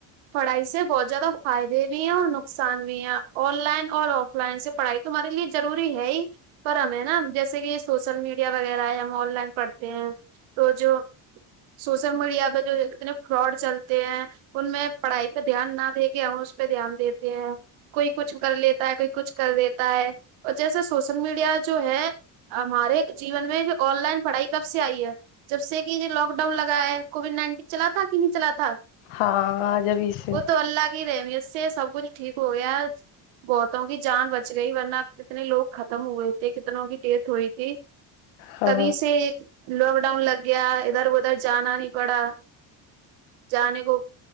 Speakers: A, on the right (about 75°); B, on the left (about 75°).
A: پڑھائی سے بہت زیادہ فائدے بھی ہیں اور نک نقصانویا آن لائن اور آف لائن سے پڑھائی تمہارے ضروری ہے ہی پر ہمے ہے نا جیسے کہ سوشل میڈیا وغیرہ ہے ہم آن لائن پڑھتے ہیں تو جو سوشل میڈیا پہ جو کتنے فراڈ چلتے ہیں ان میں پڑھائی پہ دھیان نہ دے کے ہم اس پہ دھیان دیتے ہیں کوئی کچھ کر لیتا ہے کوئی کچھ کر دیتا ہے اور جیسا سوشل میڈیا جو ہے ہمارے جیون میں جو آن لائن پڑھائی کب سے آئی ہے جب سے کہ یہ لاک ڈاؤن لگایا ہے کووڈ نائن تین چلا تھا کہ نہیں چلا تھا
B: ہاں جبھی سے
A: وہ تو اللہ کی رہحمی اس سے سب کچھ ٹھیک ہو گیا گوتوں کی جان بچ گئی ورنہ کتنے لوگ ختم ہوئے تھے کتناوں کی ٹیٹ ہوئی تھی
B: ہاں
A: تبھی سے لاک ڈاؤن لگ گیا ادھر ادھر جانا نہیں پڑا جانے کو